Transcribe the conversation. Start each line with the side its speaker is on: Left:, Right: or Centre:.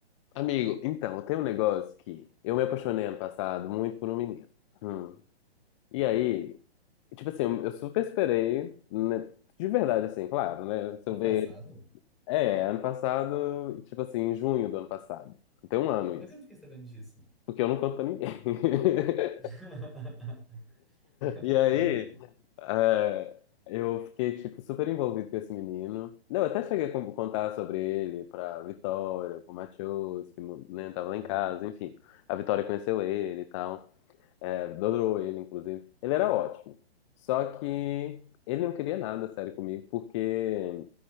Left: Amigo, então, tem um negócio que eu me apaixonei ano passado muito por um menino. Hum. E
Centre: Uhum.
Left: aí, tipo assim, eu eu super esperei, né? De verdade, assim, claro, né? Se
Centre: Ano
Left: eu
Centre: passado?
Left: ver. É, ano passado, tipo assim, em junho do ano passado. Tem um ano
Centre: Como é
Left: isso.
Centre: que eu não fiquei sabendo disso?
Left: Porque eu não conto pra ninguém. <laughs>
Centre: <laughs>
Left: E aí,
Centre: Tudo bem.
Left: é, eu fiquei, tipo, super envolvido com esse menino. Não, eu até cheguei a con- contar sobre ele pra Vitória, pro Matheus, que, né, tava lá
Centre: Aham.
Left: em casa, enfim. A Vitória conheceu ele e tal. É, adorou ele, inclusive. Ele era ótimo. Só que ele não queria nada sério comigo, porque